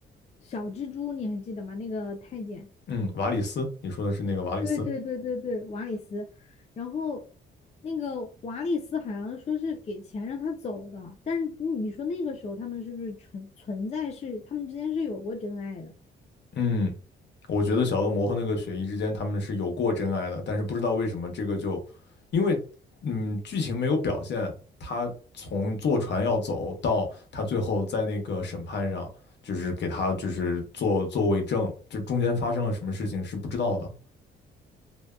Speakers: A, on the left; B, on the left.
A: 小蜘蛛你还记得吗？那个太监，
B: 嗯，瓦里斯，你说的是那个瓦里斯？
A: 对对对对对，瓦里斯。然后那个瓦里斯好像说是给钱让他走的，但是你说那个时候他们是不是存存在是他们之间是有过真爱的？
B: 嗯，我觉得小恶魔和那个雪姨之间他们是有过真爱的，但是不知道为什么这个就，因为嗯剧情没有表现，他从坐船要走到他最后在那个审判上，就是给他就是做做为证，就中间发生了什么事情是不知道的。